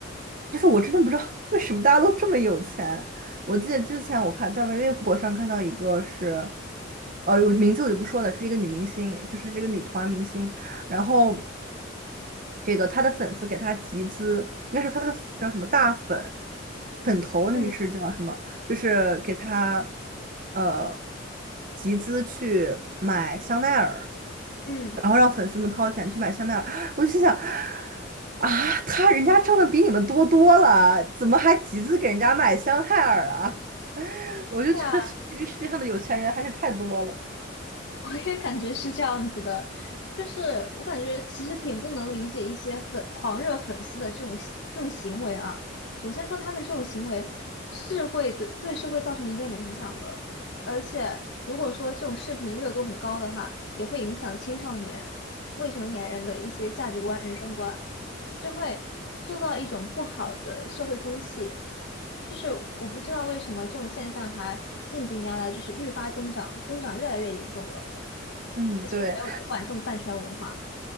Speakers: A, on the right; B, on the left.
A: 就是我真的不知道 <laughs> 为什么大家都这么有钱。我记得之前我看在微博上看到一个是，呃，我名字我就不说了，是一个女明星，就是这个女团明星，然后这个她的粉丝给她集资，应该是她的叫什么大粉粉头，那个是叫什么？
B: 嗯
A: 就是给他呃集资去买香奈儿，
B: 嗯，
A: 然后让粉丝们掏钱去买香奈儿。<gasps> 我就心想，啊，他人家挣的比你们多多了，怎么还集资给人家买香奈儿啊？<laughs> 我就觉得这个世界上的有钱人还是太多了。
B: 对啊。我也感觉是这样子的，就是我感觉其实挺不能理解一些粉狂热粉丝的这种行这种行为啊。首先说他们这种行为是会对对社会造成一定的影响的，而且如果说这种视频热度很高的话，也会影响青少年、未成年人的一些价值观、人生观，就会塑造一种不好的社会风气。就是我不知道为什么这种现象还近几年来就是愈发增长，增长越来越严重了。
A: 嗯，
B: 而且也没有人管这种饭圈文化。
A: 对。